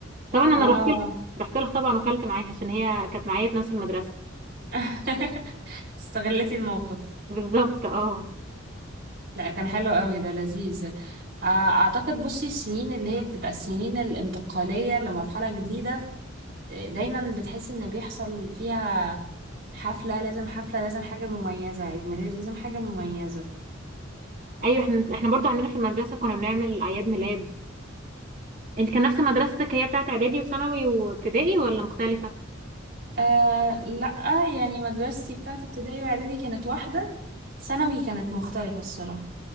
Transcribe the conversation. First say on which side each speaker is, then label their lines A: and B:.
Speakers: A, on the right (about 40°); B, on the right (about 60°).
A: طبعا انا
B: اه
A: رحت لها رحت لها طبعا وكلت معاها عشان هي كانت معايا في نفس المدرسه
B: <laughs> استغلتي الموقف
A: بالظبط اه
B: لا كان حلو قوي ده لذيذ آه، اعتقد بصي السنين اللي هي بتبقى السنين الانتقاليه لمرحله جديده آه، دايما بتحسي ان بيحصل فيها حفله لازم حفله لازم حاجه مميزه عيد ميلاد لازم حاجه مميزه
A: ايوه احنا احنا برضو عندنا في المدرسه كنا بنعمل اعياد ميلاد انت كان نفس مدرستك هي بتاعت اعدادي وثانوي وابتدائي ولا مختلفه
B: آه لا يعني مدرستي بتاعت ابتدائي واعدادي كانت واحده ثانوي كانت مختلفه الصراحه